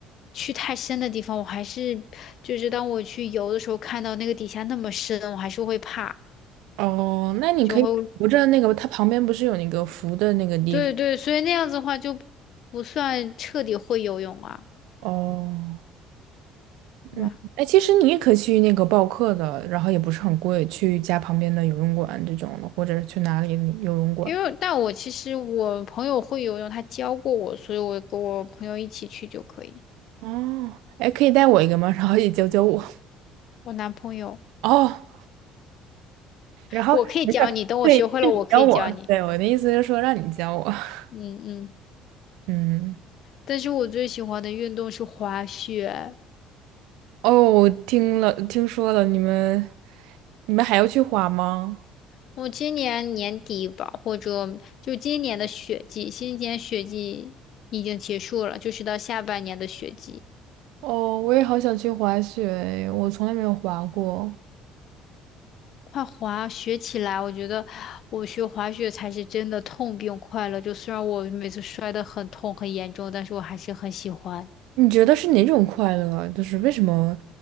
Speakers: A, on the left (about 50°); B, on the right (about 80°).
A: 去太深的地方，我还是就是当我去游的时候，看到那个底下那么深，我还是会怕，
B: 哦？那你可以扶着那个，
A: 就会
B: 它旁边不是有那个扶的那个地方？
A: 对对，所以那样子的话就不算彻底会游泳啊，
B: 哦，
A: 对吧？
B: 嗯，哎，其实你也可以去那个报课的，然后也不是很贵，去家旁边的游泳馆这种的，或者去哪里游泳馆。
A: 因为但我其实我朋友会游泳，他教过我，所以我跟我朋友一起去就可以。
B: 哦，哎，可以带我一个吗？<laughs> 然后也教教我。
A: 我男朋友，
B: 哦，然后没事儿，
A: 我可以教你，等我学会了，
B: 对，是你教我。
A: 我可以教你。
B: 对，我的意思是说让你教我。<laughs>
A: 嗯嗯。
B: 嗯，
A: 但是我最喜欢的运动是滑雪。
B: 哦，我听了，听说了，你们，你们还要去滑吗？
A: 我今年年底吧，或者就今年的雪季，今年雪季已经结束了，就是到下半年的雪季，
B: 哦，我也好想去滑雪，我从来没有滑过。
A: 快滑雪起来。我觉得我学滑雪才是真的痛并快乐。就虽然我每次摔得很痛很严重，但是我还是很喜欢。
B: 你觉得是哪种快乐啊就是为什么，